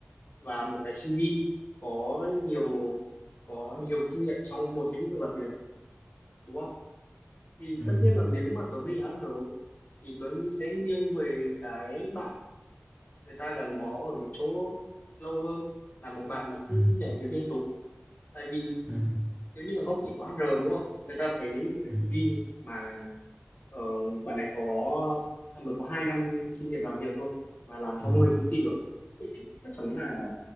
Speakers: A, on the left (about 50°); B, on the right (about 25°).
A: và một cái CV có nhiều có nhiều kinh nghiệm trong một lĩnh vực làm việc đúng không? Thì
B: ừ
A: tất nhiên là nếu mà Tuấn Huy đã ăn rồi thì Tuấn Huy sẽ nghiêng về cái bạn người ta gắn bó ở một chỗ lâu hơn là một bạn mà cứ
B: ừ
A: nhảy việc liên tục. Tại vì
B: ừ
A: nếu như là góc nhìn của HR đúng không? Người ta thấy một cái
B: ừ
A: CV mà Ờ, bạn này có mới có hai năm kinh nghiệm làm việc thôi mà làm
B: ừ
A: cho 10 công ty rồi Thế chắc, chắc chắn là